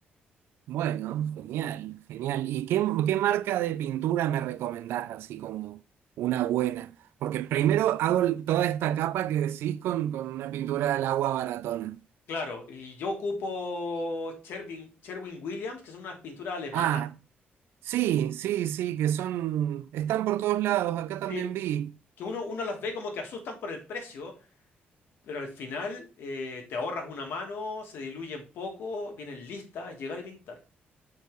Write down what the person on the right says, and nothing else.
Bueno, genial, genial. ¿Y qué, qué marca de pintura me recomendás así como una buena? Porque primero hago el- toda esta capa que decís con, con una pintura al agua baratona.
Ah, sí, sí, sí, que son, están por todos lados, acá
también vi.